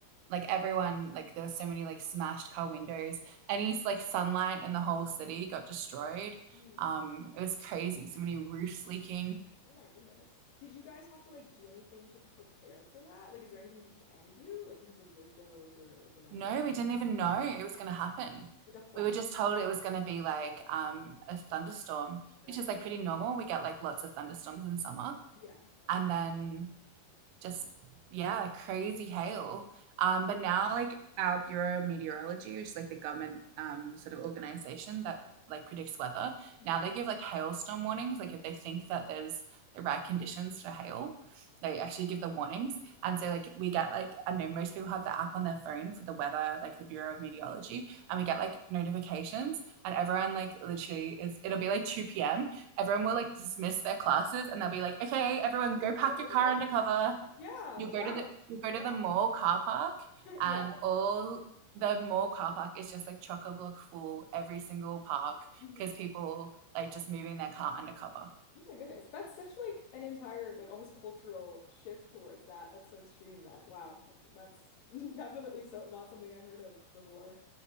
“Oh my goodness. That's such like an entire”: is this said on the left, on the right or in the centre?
Left